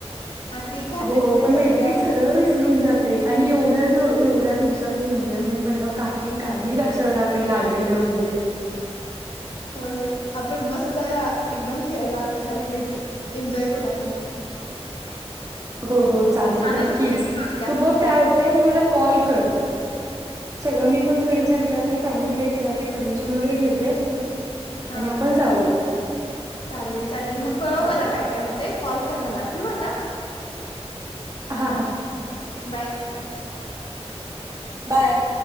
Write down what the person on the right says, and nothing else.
हो हो पण मैत्रीत
सगळ विसरून जाते आणि एवढं एवढ्या एवढ्या दिवसातून एन्जॉयमेंट म्हटल्यावर काही काही लक्षात राहत नाही लागलेले वगैरे.
हो हो चालेल
नक्कीच
तू बघ काय होतंय आणि मला कॉल कर. सगळं मी पण फ्रेंडस विचारते फॅमिलीला विचारते परमिशन वगैरे घेते.
आणि आपण जाऊया.
ओके
चालेल
हा हां
बाय